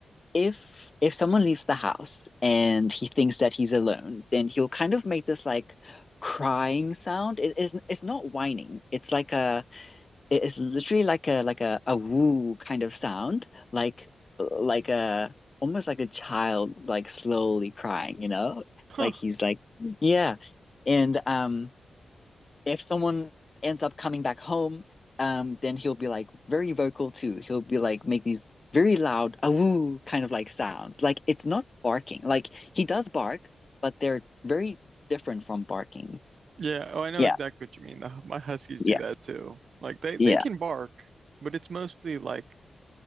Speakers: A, on the left; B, on the right.
A: if if someone leaves the house and he thinks that he's alone, then he'll kind of make this like crying sound. It is it's not whining. It's like a it is literally like a like a a woo kind of sound, like like a almost like a child like slowly crying, you know?
B: Huh.
A: Like he's like yeah. And um if someone ends up coming back home, um, then he'll be like very vocal too. He'll be like make these very loud awoo kind of like sounds. Like it's not barking. Like he does bark, but they're very different from barking.
B: Yeah. Oh, I know
A: Yeah,
B: exactly what you mean. The, my huskies
A: yeah,
B: do that too. Like they they
A: yeah,
B: can bark, but it's mostly like